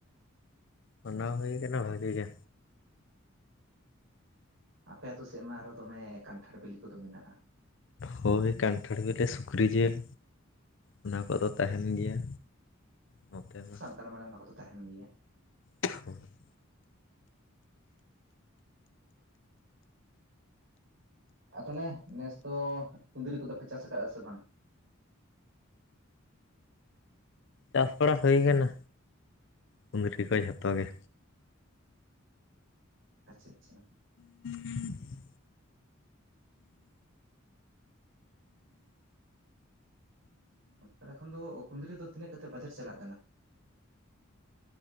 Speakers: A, on the left; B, on the right.
A: ᱢᱟᱱᱟᱣ ᱦᱩᱭ ᱠᱟᱱᱟ ᱵᱷᱟᱹᱜᱤ ᱜᱮ
B: ᱟᱯᱮ ᱟᱹᱛᱩ ᱥᱮᱫ ᱢᱟ ᱟᱨ ᱦᱚᱸ ᱫᱚᱢᱮ ᱠᱟᱱᱴᱷᱟᱲ ᱵᱤᱞᱤ ᱠᱚᱫᱚ ᱢᱮᱱᱟᱜ-ᱟ
A: ᱦᱳᱭ ᱠᱟᱱᱴᱷᱟᱲ ᱵᱤᱞᱤ ᱥᱩᱠᱨᱤ ᱡᱤᱞ ᱚᱱᱟ ᱠᱚᱫᱚ ᱛᱟᱦᱮᱱ ᱜᱮᱭᱟ ᱱᱚᱛᱮ ᱢᱟ
B: ᱛᱟᱨᱢᱟᱱᱮ ᱚᱱᱟ ᱠᱚᱫᱚ ᱛᱟᱦᱮᱱ ᱜᱮᱭᱟ
A: <unintelligible>
B: ᱟᱨ ᱛᱟᱦᱚᱞᱮ ᱱᱮᱥ ᱫᱚ ᱠᱩᱱᱫᱽᱨᱤ ᱠᱚᱫᱚᱯᱮ ᱪᱟᱥ ᱟᱠᱟᱫᱟ ᱥᱮ ᱵᱟᱝ
A: ᱪᱟᱥ ᱵᱟᱲᱟ ᱦᱩᱭ ᱠᱟᱱᱟ ᱠᱩᱱᱫᱽᱨᱤ ᱠᱚ ᱡᱷᱚᱛᱚ ᱜᱮ
B: ᱟᱪᱪᱷᱟ ᱟᱪᱪᱷᱟ
A: <unintelligible> <inaudible>
B: ᱯᱟᱸᱪᱛᱟᱲᱟ ᱠᱷᱚᱱ ᱫᱚ ᱠᱩᱸᱱᱫᱽᱨᱤ ᱫᱚ ᱛᱤᱱᱟᱹᱜ ᱠᱟᱛᱮᱫ ᱵᱟᱡᱟᱨ ᱪᱟᱞᱟᱜ ᱠᱟᱱᱟ